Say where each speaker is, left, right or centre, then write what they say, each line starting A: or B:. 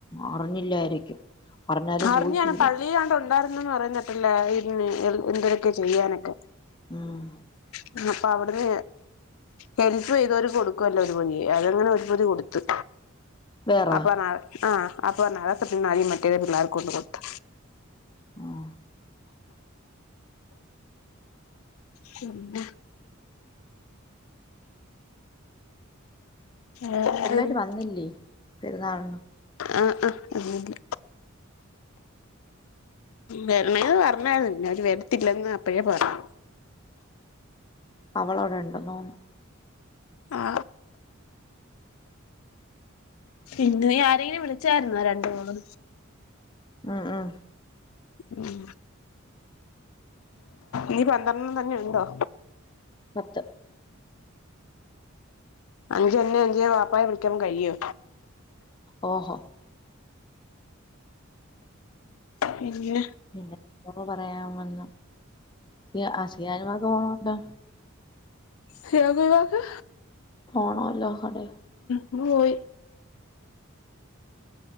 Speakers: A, on the left; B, on the left.
A: അറിഞ്ഞില്ലായിരിക്കും അറിഞ്ഞാലും
B: അറിഞ്ഞ്
A: ചോദിക്കൂല
B: കാണും പള്ളിലാണ്ട് ണ്ടായിരു ല്ലന്ന് പറഞ്ഞിട്ടില്ലാ ഇന്നേ എന്തരൊക്കെ ചെയ്യാനൊക്കെ
A: ഉം
B: ആ അപ്പവിടുന്ന് ഹെല്പ് ചെയ്തവര് കൊടുക്കുവല്ലോ ഒരു പൊതി അതങ്ങനെ ഒരു പൊതി കൊടുത്ത്.
A: വേറാ
B: അപ്പ നാളെ ആ അപ്പോ നാളെക്കിട്ടണതീന്ന് മറ്റേത് പിള്ളേർക്ക് കൊണ്ട്കൊടുത്താ
A: ഉം
B: പിന്ന വേറെന്തേനി
A: പുള്ളര് വന്നില്ലേ പെരുന്നാളിനും
B: ആ ങാ വന്നില്ല വരണേന്ന് പറഞ്ഞായിരുന്നു പിന്നെ അവര് വരത്തില്ലെന്നപ്പഴേ പറഞ്ഞു.
A: അവളവിടെണ്ടന്ന് തോന്നുന്നു.
B: ആ പിന്നെ ആരെങ്കിലും വിളിച്ചായിരുന്നോ രണ്ടു കോള്
A: ഉം ഉം
B: ഉം നീ പന്ത്രണ്ണം തന്നെണ്ടോ
A: പത്ത്
B: അഞ്ച് തന്നെ അഞ്ച് വാപ്പായെ വിളിക്ക കഴിയോ?
A: ഓഹൊ
B: പിന്നെ
A: പിന്നെ എന്തോന്ന് പറയാൻ വന്ന് സിയ ആ സിയാൻമാക് കൊറവുണ്ടോ
B: ശിഹാബ്കാക്ക്‌
A: പോണോലൊ അതെ.
B: മ്മപോയി